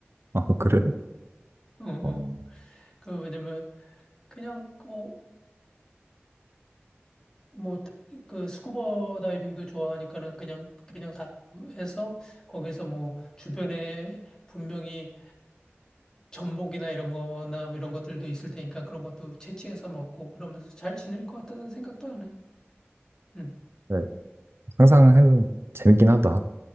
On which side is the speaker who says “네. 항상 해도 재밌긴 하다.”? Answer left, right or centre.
Right